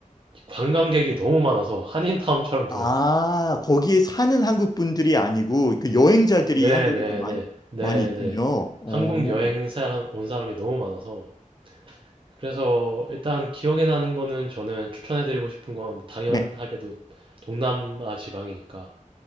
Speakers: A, on the right; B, on the left.
A: 관광객이 너무 많아서 한인타운처럼 보여요.
B: 아, 거기에 사는 한국 분들이 아니고 그 여행자들이
A: 네네네,
B: 한국에서 많이,
A: 네네.
B: 많이 있군요. 오.
A: 한국 여행 사람, 온 사람이 너무 많아서. 그래서 일단 기억에 나는 거는 저는 추천해드리고 싶은 건 당연하게도
B: 네.
A: 동남아 지방이니까